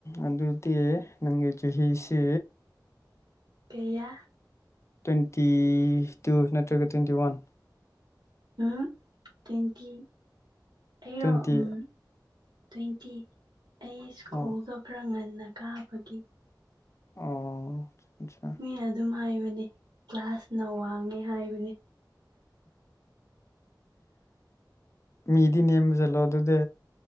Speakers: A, on the left; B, on the right.
A: ꯑꯗꯨꯗꯤ ꯅꯪꯒꯤ ꯆꯍꯤꯁꯤ
B: ꯀꯌꯥ
A: ꯇ꯭ꯋꯦꯟꯇꯤ ꯇꯨ ꯅꯠꯇ꯭ꯔꯒ ꯇ꯭ꯋꯦꯟꯇꯤ ꯋꯥꯟ
B: ꯎꯝꯍꯛ ꯇ꯭ꯋꯦꯟꯇꯤ ꯑꯩꯔꯣ
A: ꯇ꯭ꯋꯦꯟꯇꯤ
B: ꯎꯝ ꯇ꯭ꯋꯦꯟꯇꯤ ꯑꯩ ꯁ꯭ꯀꯨꯜꯒ
A: ꯑꯣ
B: ꯈꯔ ꯉꯟꯅ ꯀꯥꯕꯒꯤ
A: ꯑꯣ ꯑꯆꯥ
B: ꯃꯤꯅ ꯑꯗꯨꯝ ꯍꯥꯏꯕꯅꯤ ꯀ꯭ꯂꯥꯁꯅ ꯋꯥꯡꯉꯦ ꯍꯥꯏꯕꯅꯤ
A: ꯃꯤ ꯗꯤ ꯅꯦꯝꯕ ꯆꯠꯂꯣ ꯑꯗꯨꯗꯤ